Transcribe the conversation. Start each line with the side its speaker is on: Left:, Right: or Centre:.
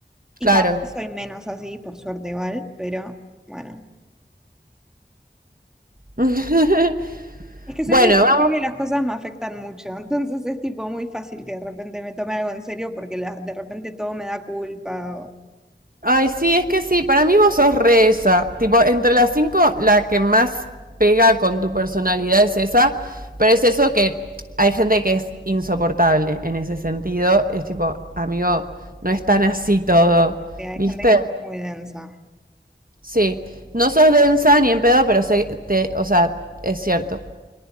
Centre: y
Right: Claro.
Centre: cada vez soy menos así, por suerte igual, pero bueno.
Right: <laughs>
Centre: Es que
Right: Bueno,
Centre: soy muy sensible
Right: vamos
Centre: y las cosas me afectan mucho, entonces es tipo muy fácil que de repente me tome algo en serio porque la- de repente todo me da culpa o
Right: Ay, sí, es que sí, para mí vos sos re esa. Tipo, entre las cinco, la que más pega con tu personalidad es esa, pero es eso que hay gente que es insoportable en ese sentido. Es tipo, amigo, no es tan así todo,
Centre: eh, hay
Right: ¿viste?
Centre: gente que es muy densa.
Right: Sí, no sos densa ni en pedo, pero sé, te, o sea, es cierto.